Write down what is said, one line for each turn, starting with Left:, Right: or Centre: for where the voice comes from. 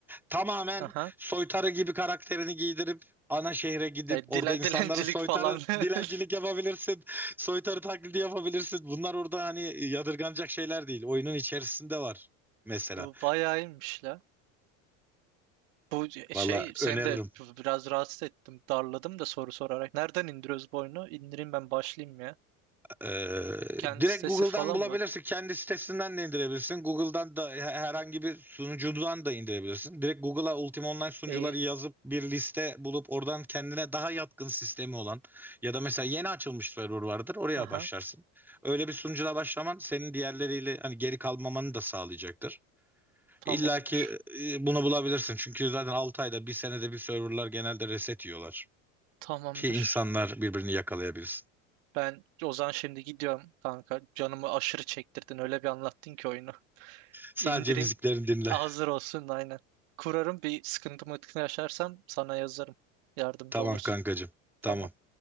Centre: tamamen
Right: Aha.
Centre: soytarı gibi karakterini giydirip ana şehre gidip
Right: Ya,
Centre: orada
Right: dile-
Centre: insanlara
Right: dilencilik
Centre: soytarı
Right: falan. <laughs>
Centre: dilencilik yapabilirsin. <laughs> Soytarı taklidi yapabilirsin. Bunlar orada hani yadırganacak şeyler değil. Oyunun içerisinde var mesela.
Right: Bu bayağı iyiymiş la. Bu e, şey
Centre: Valla
Right: seni
Centre: öneririm.
Right: de biraz rahatsız ettim. Darladım da soru sorarak. Nereden indiriyoruz bu oyunu? İndireyim ben başlayayım ya.
Centre: Ee,
Right: Kendi
Centre: direkt
Right: sitesi
Centre: Google'dan
Right: falan
Centre: bulabilirsin.
Right: var.
Centre: Kendi sitesinden de indirebilirsin. Google'dan da herhangi bir sunucudan da indirebilirsin. Direkt Google'a Ultima Online sunucuları
Right: İyi.
Centre: yazıp bir liste bulup oradan kendine daha yatkın sistemi olan ya da mesela yeni açılmış server vardır. Oraya
Right: Aha.
Centre: başlarsın. Öyle bir sunucuda başlaman senin diğerleriyle hani geri kalmamanı da sağlayacaktır.
Right: Tamamdır.
Centre: İlla ki e, bunu bulabilirsin. Çünkü zaten 6 ayda bir senede bir serverlar genelde reset yiyorlar.
Right: Tamamdır.
Centre: Ki insanlar birbirini yakalayabilsin.
Right: Ben o zaman şimdi gidiyorum kanka. Canımı aşırı çektirdin. Öyle bir anlattın ki oyunu.
Centre: Sadece
Right: İndireyim.
Centre: müziklerini dinle.
Right: Hazır olsun aynen. Kurarım bir sıkıntımı yaşarsam sana yazarım. Yardımcı
Centre: Tamam
Right: olursun.
Centre: kankacığım.
Right: Tamam.
Centre: Tamam.